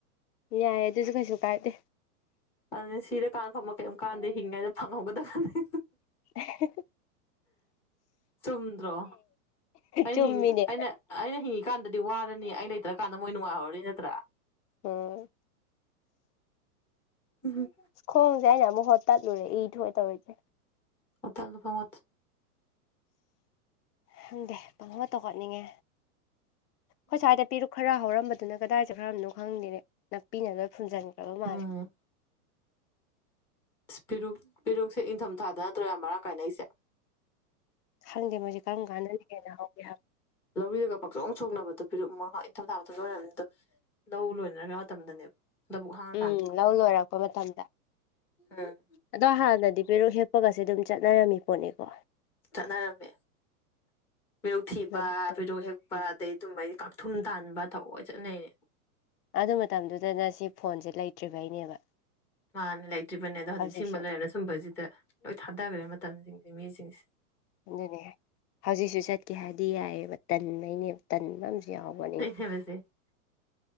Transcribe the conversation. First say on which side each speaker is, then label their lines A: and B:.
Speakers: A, on the left; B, in the centre.
A: ꯌꯥꯏꯌꯦ ꯑꯗꯨꯁꯨ ꯀꯩꯁꯨ ꯀꯥꯏꯗꯦ
B: ꯑꯗꯨꯅ ꯁꯤꯗ ꯀꯥꯟꯅ ꯐꯃ ꯀꯔꯤꯒꯝꯕ ꯀꯥꯟꯗ ꯍꯤꯡꯉꯥꯏꯗ ꯐꯪꯍꯧꯒꯗꯕꯅꯤ
A: <unintelligible> ꯍꯦꯍꯦ
B: ꯆꯨꯝꯗ꯭ꯔꯣ ꯑꯩꯅ
A: ꯆꯨꯝꯃꯤꯅꯦ
B: ꯑꯩꯅ ꯑꯩꯅ ꯍꯤꯡꯉꯤꯀꯥꯟꯗꯗꯤ ꯑꯗꯨꯗꯤ ꯋꯥꯔꯅꯤ ꯑꯩ ꯂꯩꯇ꯭ꯔꯀꯥꯟꯗ ꯃꯣꯏ ꯅꯨꯡꯉꯥꯏꯍꯧꯔꯅꯤ ꯅꯠꯇ꯭ꯔꯥ
A: ꯑꯣ
B: ꯎꯝꯍꯝ
A: ꯈꯣꯡꯁꯦ ꯍꯥꯏꯅ ꯑꯃꯨꯛ ꯍꯣꯠ ꯇꯠꯂꯨꯔꯦ ꯏ ꯊꯣꯛꯏ ꯇꯧꯔꯤꯁꯦ
B: <unintelligible>
A: ꯈꯪꯗꯦ ꯄꯪ ꯑꯃ ꯇꯧꯒꯠꯅꯤꯡꯉꯦ ꯍꯣꯏ ꯁ꯭ꯋꯥꯏꯗ ꯄꯤꯔꯛ ꯈꯔ ꯍꯧꯔꯝꯕꯗꯨꯅ ꯀꯗꯥꯏꯁꯦ ꯈꯔꯝꯅꯣ ꯈꯪꯗꯦꯅꯦꯦ ꯅꯛꯄꯤꯅꯕ ꯐꯨꯝꯖꯤꯟꯈ꯭ꯔꯕ ꯃꯥꯜꯂꯦ
B: ꯎꯝ ꯄꯦꯔꯨ ꯄꯦꯔꯨꯁꯦ ꯏꯪꯊꯝꯊꯥꯗ ꯅꯠꯇ꯭ꯔꯣ ꯌꯥꯝ ꯃꯔꯥꯡ ꯀꯥꯏꯅꯩꯁꯦ
A: ꯈꯪꯗꯦ ꯃꯁꯤ ꯀꯔꯝ ꯀꯥꯟꯅꯔꯤꯒꯦꯅ ꯍꯧꯒꯦ
B: ꯂꯧꯔꯤꯔꯒ ꯄꯥꯛꯆꯣꯡ ꯁꯣꯛꯅꯕꯗꯣ ꯐꯤꯔꯨꯛ ꯏꯪꯊꯊꯧ ꯊꯥꯕ ꯊꯧꯗꯣꯏꯔꯕꯅꯤ ꯑꯗꯣ ꯂꯧ ꯂꯣꯏꯅ ꯈꯔꯒ ꯃꯇꯝꯗꯅꯦꯕ ꯂꯧꯕꯕꯨꯛ ꯍꯥꯡꯉꯀꯥꯟꯗ
A: ꯎꯝ ꯂꯧ ꯂꯣꯏꯔꯛꯄ ꯃꯇꯝꯗ
B: ꯎꯝ
A: ꯑꯗꯣ ꯍꯥꯟꯅꯗꯤ ꯄꯦꯔꯨꯛ ꯍꯦꯛꯞꯄꯒꯁꯦ ꯑꯗꯨꯝ ꯆꯠꯅꯔꯝꯃꯤ ꯄꯣꯠꯅꯦꯀꯣ
B: ꯆꯠꯅꯔꯝꯃꯦ ꯄꯦꯔꯨꯛ ꯊꯤꯕ
A: ꯂꯧꯕꯨꯛꯇꯒꯤ
B: ꯄꯦꯔꯣꯛ ꯍꯦꯛ ꯄ
A: ꯎꯝ
B: ꯑꯗꯩ ꯑꯗꯨꯝꯕ ꯑꯩ ꯀꯥꯛꯊꯨꯝ ꯇꯥꯟꯕ ꯊꯑꯣꯏ ꯆꯠꯅꯩꯅꯦ
A: ꯑꯗꯨ ꯃꯇꯝꯗꯨꯗꯅ ꯁꯤ ꯐꯣꯟꯁꯦ ꯂꯩꯇ꯭ꯔꯤꯕꯩꯅꯦꯕ
B: ꯃꯥꯥꯟꯅ ꯂꯩꯇ꯭ꯔꯤꯕꯅꯦ ꯑꯗꯣ ꯍꯧꯖꯤꯛ
A: ꯍꯧꯖꯤꯛꯁꯨ
B: ꯁꯤꯕ ꯂꯩꯔꯝꯅ ꯁꯨꯝꯕꯁꯤꯗ ꯂꯣꯏ ꯊꯥꯗꯈ꯭ꯔꯦ ꯃꯇꯝꯁꯤꯡꯁꯦ ꯃꯤꯁꯤꯡꯁꯦ
A: ꯑꯗꯨꯅꯦ ꯍꯧꯖꯤꯛꯁꯨ ꯆꯠꯀꯦ ꯍꯥꯏꯔꯗꯤ ꯌꯥꯏꯑꯕ ꯇꯟꯉꯩꯅꯦꯕ ꯇꯟꯕ ꯑꯃꯁꯨ ꯌꯥꯎꯕꯅꯦꯕ
B: <unintelligible>